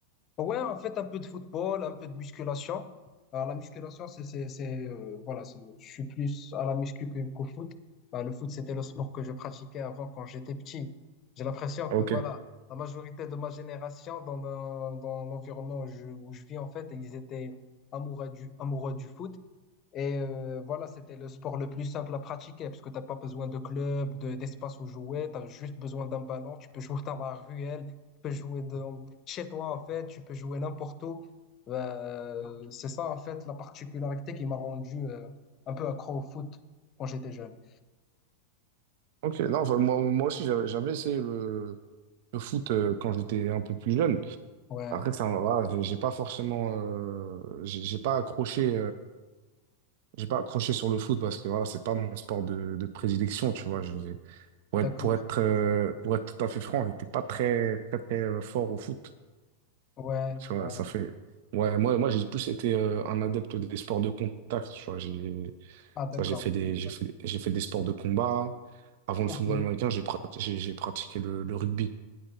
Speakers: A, on the left; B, on the right.
A: Ouais, en fait, un peu de football, un peu de musculation. Alors, la musculation, c'est, c'est, c'est, euh, voilà, c'est- je suis plus à la muscu que- qu'au foot. Bah, le foot, c'était le sport que je pratiquais avant quand j'étais petit. J'ai l'impression
B: Ok.
A: que, voilà, la majorité de ma génération, dans le- dans l'environnement où je, où je vis, en fait, ils étaient amoureux du, amoureux du foot. Et euh, voilà, c'était le sport le plus simple à pratiquer parce que tu pas besoin de club, de, d'espace où jouer, tu as juste besoin d'un ballon, tu peux jouer dans la ruelle, tu peux jouer dans, chez toi en fait, tu peux jouer n'importe où. Euh, c'est ça en fait la particularité qui m'a rendu euh, un peu accro au foot quand j'étais jeune.
B: Ok. Non, enfin, moi, moi aussi, j'avais j'avais essayé le, le foot euh, quand j'étais un peu plus jeune.
A: Ouais,
B: Après, ça, voilà, j'ai j'ai pas forcément, euh, j'ai j'ai pas accroché. J'ai pas accroché sur le foot parce que voilà, c'est pas mon sport de, de prédilection, tu vois. Je, pour
A: d'accord.
B: être, pour être, euh, pour être tout à fait franc, j'étais pas très, très, très euh, fort au foot.
A: Ouais,
B: Tu vois,
A: ouais.
B: ça fait. Ouais, moi, moi, j'ai plus été euh, un adepte des sports de contact, tu vois. J'ai,
A: Ah d'accord,
B: ça, j'ai fait des,
A: d'accord.
B: j'ai fait, j'ai fait des sports de combat. Avant le
A: Ok.
B: football américain, j'ai prat- j'ai, j'ai pratiqué le, le rugby.